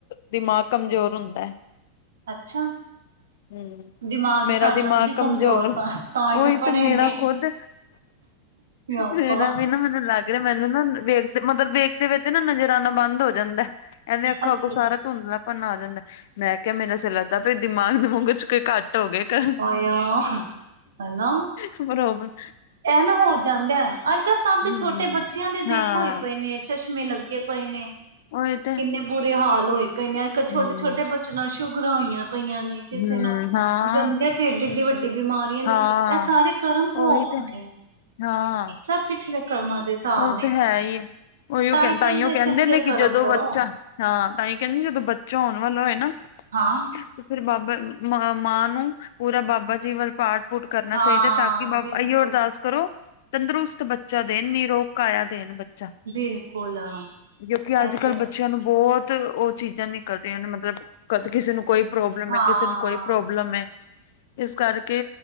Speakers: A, on the left (about 55°); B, on the right (about 65°).
A: ਦਿਮਾਗ ਕਮਜ਼ੋਰ ਹੁੰਦਾ।
B: ਅੱਛਾ।
A: ਹੂੰ
B: ਦਿਮਾਗ
A: ਮੇਰਾ
B: ਸਾਡਾ
A: ਦਿਮਾਗ
B: ਉਂਝ
A: ਕਮਜ਼ੋਰ
B: ਸਾ ਤਾਂ
A: ਉਹੀ
B: ਹੀ ਤਾਂ ਪੜ੍ਹੇ
A: ਤੇ ਮੇਰਾ
B: ਨੇ
A: ਖੁਦ
B: ਆਪਾਂ
A: ਮੇਰਾ ਵੀ ਨਾ ਮੈਨੂ ਲੱਗ ਰਿਹਾ ਮੈਨੂੰ ਨਾ ਵੇਖਦੇ ਮਤਲਬ ਵੇਖਦੇ ਵੇਖਦੇ ਨਾ ਨਜ਼ਰ ਆਨਾ ਬੰਦ ਹੋ ਜਾਂਦਾ। ਐਵੇਂ ਅੱਖਾਂ
B: ਅੱਛਾ
A: ਅੱਗੇ ਸਾਰਾ
B: ਜੀ।
A: ਧੁੰਦਲਾ ਭੰਨ ਆ ਜਾਂਦਾ। ਮੈਂ ਕਿਹਾ ਮੈਨੂੰ ਏਸਾ ਲੱਗਦਾ ਪੇਆ ਦਿਮਾਗ ਦੁਮਾਗ ਚ ਕੁਛ ਘਟ <unintelligible> ਕੱਟ ਹੋ ਗਿਆ
B: ਹੋਇਆ ਹਨਾ।
A: ਫਿਰ
B: ਇਹ ਨਾ ਹੋ ਜਾਂਦਾ। ਅੱਜ ਕੱਲ ਸਭ ਦੇ
A: ਹੂੰ
B: ਛੋਟੇ ਬੱਚਿਆਂ ਦੇਖ
A: ਹਾਂ
B: ਹੋਏ ਪਏ ਨੇ। ਚਸ਼ਮੇ ਲੱਗੇ ਪਏ ਨੇ।
A: ਉਹੀ ਤੇ
B: ਕਿੰਨੇ ਬੁਰੇ ਹਾਲ ਹੋਏ ਪੇ ਨੇ, ਅੱਜ ਕਲ
A: ਹੂੰ
B: ਛੋਟੇ- ਛੋਟੇ ਬੱਚਿਆਂ ਨੂੰ ਸ਼ੂਗਰਾਂ ਹੋਈਆਂ ਪਈਆਂ ਨੇ। ਕਿਸੇ
A: ਹੂੰ
B: ਨੂੰ
A: ਹਾਂ
B: ਜੰਮਦੇ ਤੇ ਏਡੀ ਵੱਡੀ-ਵਡੀ ਬਿਮਾਰੀਆਂ ਲੱਗੀਆਂ,
A: ਹਾਂ
B: ਇਹ ਸਾਰੇ ਕਰਮ ਭੋਗ
A: ਉਹੀ
B: ਹੁੰਦੇ
A: ਤੇ
B: ਆ।
A: ਹਾਂ।
B: ਸਭ ਪਿਛਲੇ ਕਰਮਾਂ ਦੇ ਹਿਸਾਬ
A: ਉਹ
B: ਨੇ
A: ਤੇ ਹੈ ਹੀ ਏ। ਉਹੀਓ
B: ਤਾਂ
A: ਕਹ
B: ਹੀ
A: ਤਾਂਈਓ ਕਹਿੰਦੇ
B: ਚੰਗੇ
A: ਨੇ
B: ਕਰਮ
A: ਕਿ ਜਦੋਂ
B: ਕਰੋ
A: ਬੱਚਾ ਹਾਂ ਤਾਂ ਹੀ ਕਹਿੰਦੇ, ਜਦੋਂ ਬੱਚਾ ਹੋਣ ਵਾਲਾ ਹੋਏ ਨਾ
B: ਹਾਂ
A: ਤੇ ਫਿਰ ਬਾਬਾ ਮ ਮਾਂ ਨੂੰ ਪੂਰਾ ਬਾਬਾ ਜੀ ਵੱਲ ਪਾਠ ਕਰਨਾ
B: ਹਾਂ
A: ਚਾਹੀਦਾ ਤਾਂ ਕਿ ਬਾਬਾ
B: ਬਿਲਕੁਲ
A: ਏਹਿਔ ਅਰਦਾਸ ਕਰੋ ਤੰਦਰੁਸਤ ਬੱਚਾ ਦੇਣ, ਨਿਰੋਗ ਨੀ ਰੋਗੀ ਕਾਇਆ ਦੇਣ ਬੱਚਾ,
B: ਬਿਲਕੁਲ
A: ਕਿੳਕਿ
B: ਇਹ
A: ਅੱਜ ਕੱਲ੍ਹ
B: ਤੇ
A: ਬੱਚਿਆਂ ਨੂੰ ਬਹੁਤ ਉਹ ਚੀਜ਼ਾਂ ਨਿਕਲ ਦੀਆਂ ਨੇ ਮਤਲਬ ਕਦੇ ਕਿਸੇ ਨੂੰ ਕੋਈ ਪ੍ਰੋਬਲਮ
B: ਹਾਂ
A: ਏ, ਕਿਸੇ ਨੂੰ ਕੋਈ ਪ੍ਰੋਬਲਮ ਏ। ਇਸ ਕਰਕੇ